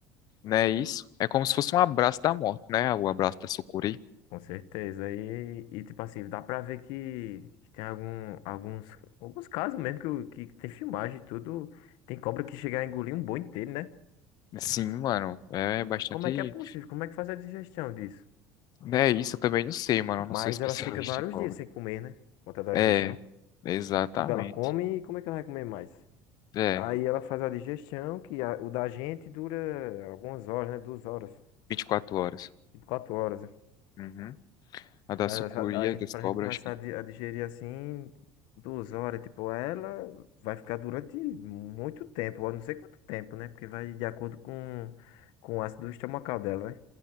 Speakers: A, on the left; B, on the left.
A: Não é isso? É como se fosse um abraço da morte, né? O abraço da sucuri.
B: Com certeza. E, e tipo assim, dá pra ver que, que tem algum, alguns, alguns casos mesmo que, o- que tem filmagem e tudo. Tem cobra que chega a engolir um boi inteiro, né?
A: Sim, mano. É bastante...
B: Como é que é possível? Como é que faz a digestão disso?
A: Não é isso? Eu também não sei, mano. Eu não
B: Mas
A: sou <laughs> especialista
B: elas ficam vários
A: em cobra.
B: dias sem comer, né? Por conta da
A: É,
B: digestão.
A: exatamente.
B: Tipo, ela come e como é que ela vai comer mais?
A: É,
B: Aí ela faz a digestão, que a- o da gente dura algumas horas, né? Duas horas,
A: 24 horas.
B: tipo quatro horas. né?
A: Uhum. A da
B: Mas
A: sucuri,
B: A a gente,
A: a das
B: pra
A: cobras,
B: gente começar
A: acho que.
B: a di- a digerir assim, duas horas, tipo, ela vai ficar durante muito tempo, eu não sei quanto tempo, né? Porque vai de acordo com, com o ácido estomacal dela, né?